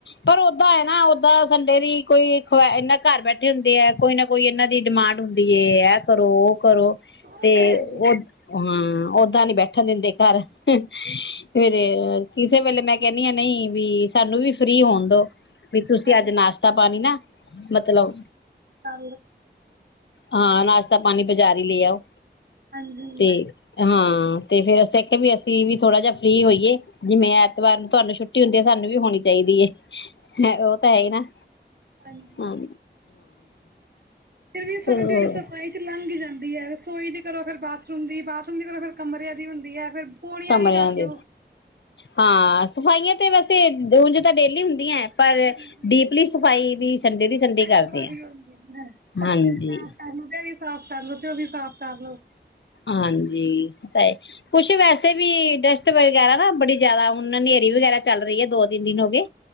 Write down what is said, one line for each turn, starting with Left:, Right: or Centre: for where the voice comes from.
Left: ਪਰ ਓਦਾਂ ਹੈ ਨਾ ਓਦਾਂ ਸੰਡੇ ਦੀ ਕੋਈ ਖ ਇਹਨਾਂ ਘਰ ਬੈਠੇ ਹੁੰਦੇ ਹੈ ਕੋਈ ਨਾ ਕੋਈ ਇਹਨਾਂ ਦੀ ਡਿਮਾਂਡ ਹੁੰਦੀ ਹੈ ਇਹ ਕਰੋ ਉਹ ਕਰੋ।
Right: ਉਹ
Left: ਤੇ
Right: ਹੈ ਹੀ ਹੈ,
Left: ਉਹ ਹਾਂ ਓਦਾਂ ਨੀ ਬੈਠਣ ਦਿੰਦੇ ਘਰ ਫਿਰ ਕਿਸੇ ਵੇਲੇ ਮੈਂ ਕਿਹਨੀ ਹਾਂ ਨਹੀਂ ਵੀ ਸਾਨੂੰ ਵੀ ਫ੍ਰੀ ਹੋਣ ਦੋ। ਵੀ ਤੁਸੀਂ
Right: ਹਾਂਜੀ
Left: ਅੱਜ ਨਾਸ਼ਤਾ ਪਾਣੀ ਨਾ ਮਤਲਬ
Right: ਚ
Left: ਹਾਂ ਨਾਸ਼ਤਾ ਪਾਣੀ ਬਜ਼ਾਰੀ ਹੀ ਲ ਆ ਉਹ
Right: ਹਾਂਜੀ,
Left: ਤੇ ਹਾਂ ਤੇ ਫੇਰ ਅਸੀਂ ਆਖਿਆ ਵੀ ਅਸੀਂ ਵੀ ਥੋੜਾ ਜਿਹਾ ਫਰੀ ਹੋਈਏ ਜਿਵੇੈਂ ਐਤਵਾਰ ਨੂੰ ਤੁਹਾਨੂੰ ਛੁੱਟੀ ਟੀ ਹੁੰਦੀ ਹੈ ਸਾਨੂੰ ਵੀ ਹੋਣੀ ਚਾਹੀਦੀ ਹੈ ਉਹ ਤਾਂ ਹੈ ਹੀ ਨਾ
Right: ਹਾਂਜੀ।
Left: ਹਾਂ
Right: ਫਿਰਰ ਵੀ
Left: ਚਲੋ
Right: ਸਾਰੇ ਦਿਹਾੜੀ ਸਾਈ ਚ ਲੰਘ ਜਾਂਦੇ ਹੈ ਰਸੋਈ ਦੀ ਕਰੋ ਫਿਰ ਬਾਥਰੂਮ ਦੀ ਬਾਥਰੂਮ ਦੀ ਕੋਲੋਂ ਫਿਰ ਕਮਰਿਆਂ ਦੀ ਹੁੰਦੀ ਹੈ ਫੇਿਰ ਪੋਣੀਆਂ
Left: ਕਮਰਿਆਂ
Right: ਵੀ ਕਰ
Left: ਦੇ
Right: ਲੋ
Left: ਹਾਂ ਸਫਾਈਆਂ ਤੇ ਵੈਸੇ ਉਂਜ ਤਾਂ ਡੇਲੀ ਹੁੰਦੀਆਂ ਹੈ ਪਰ
Right: ਹਾਂਜੀ
Left: ਡੀਪਲੀ ਸਫ਼ਾਈ ਵੀ ਸੰਡੇ ਦੀ ਸੰਡੇ
Right: ਐਤਵਾਰ
Left: ਕਰਦੇ ਹਾਂ,
Right: ਵੀ ਹੁੰਦੀ ਹੈ ਪੱਖੇ
Left: ਹਾਂਜੀ
Right: ਵੀ ਸਾਫ਼ ਕਰ ਲੋ ਤੇ ਵੀ ਸਾਫ਼ ਕਰ ਲਵੋ ਤੇ ਉਹ ਵੀ ਸਾਫ਼ ਕਰ ਲੋ
Left: ਹਾਂਜੀ ਓ ਤਾਂ ਹੈ ਕੁਛ ਵੈਸੇ ਫਿਰ ਵੀ ਡਸਟ ਵਗ਼ੈਰਾ ਨਾ ਬੜੀ ਜਿਆਦਾ ਹੁਣ ਹਨੇਰੀ ਵਗੈਰਾ ਚੱਲ ਰਹੀ ਹੈ ਦੋ ਤਿੰਨ ਦਿਨ ਹੋ ਗਏ